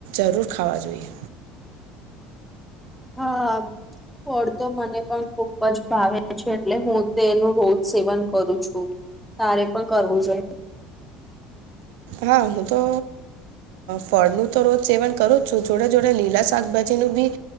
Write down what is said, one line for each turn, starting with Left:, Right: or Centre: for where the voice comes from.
Right: જરૂર ખાવા જોઈએ.
Centre: હા હા ફળ તો મને પણ ખુબ જ ભાવે છે એટલે હું તે એનું રોજ સેવન કરું છું. તારે પણ કરવું જોઈએ.
Right: હા હું તો ફળનું તો રોજ સેવન કરું છુ જોડે જોડે લીલા સાકભાજી નું ભી